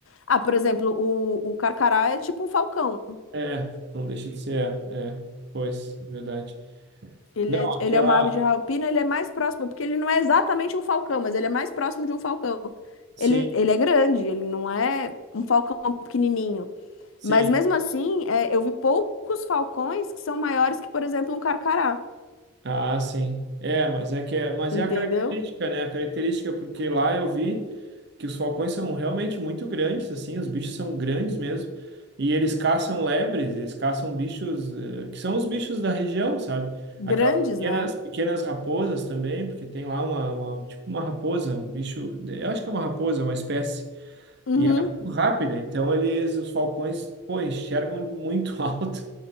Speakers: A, on the left (about 70°); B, on the right (about 55°).
A: Ah, por exemplo, o, o carcará é tipo um falcão.
B: é, é, não deixa de ser, é, é, pois, verdade.
A: Ele
B: Não,
A: é, ele
B: aquela,
A: é uma ave de rapina, ele é mais próximo, porque ele não é exatamente um falcão, mas ele é mais próximo de um falcão.
B: sim,
A: Ele, ele é grande, ele não é um falcão pequenininho.
B: sim,
A: Mas mesmo assim, é, eu vi poucos falcões que são maiores que, por exemplo, um carcará.
B: ah, sim, é, mas é que é, mas
A: Entendeu?
B: é a característica, né? A característica, é porque lá eu vi que os falcões são realmente muito grandes, assim, os bichos são grandes mesmo, e eles caçam lebres, eles caçam bichos, eh, que são os bichos da região, sabe?
A: Grandes,
B: Aquelas pequenas,
A: né?
B: pequenas raposas também, porque tem lá uma, uma- tipo uma raposa, um bicho, eu acho que é uma raposa, uma espécie
A: Uhum.
B: E ela é muito rápida, então eles, os falcões, pô, enxergam muito <laughs> alto.